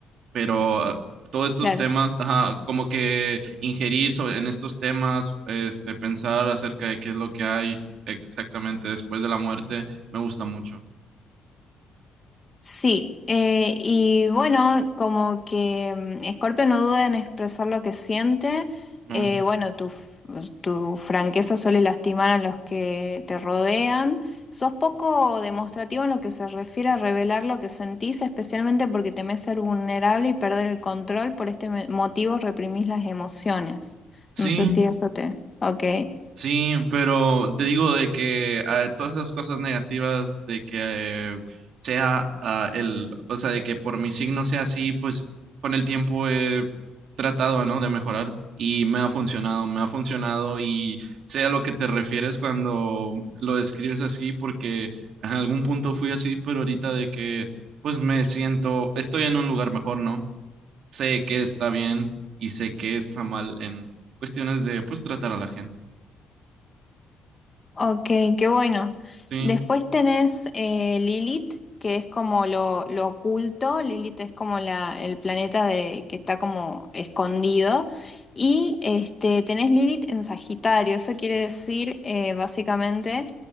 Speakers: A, on the right (about 70°); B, on the left (about 25°).
A: Pero ah, todos estos
B: Claro,
A: temas, ajá, como que ingerir sobre- en estos temas, este, pensar acerca de qué es lo que hay exactamente después de la muerte, me gusta mucho,
B: sí. eh, y bueno, como que mm, Scorpio no duda en expresar lo que siente,
A: ¿no?
B: eh, bueno, tu, f- tu franqueza suele lastimar a los que te rodean. Sos poco demostrativo en lo que se refiere a revelar lo que sentís, especialmente porque temés ser vulnerable y perder el control. Por este me- motivo reprimís las emociones.
A: Sí.
B: No sé si eso te... Ok.
A: Sí, pero te digo de que ah, todas esas cosas negativas de que eh, sea ah, el, o sea, de que por mi signo sea así, pues con el tiempo he tratado, ¿no? De mejorar y me ha funcionado, me ha funcionado y sé a lo que te refieres cuando lo describes así, porque en algún punto fui así, pero ahorita de que pues me siento, estoy en un lugar mejor, ¿no? Sé que está bien y sé que está mal en cuestiones de pues tratar a la gente.
B: Ok, qué bueno.
A: Sí.
B: Después tenés eh, Lilith, que es como lo, lo oculto. Lilith es como la, el planeta de, que está como escondido. Y este, tenés Lilith en Sagitario. Eso quiere decir eh, básicamente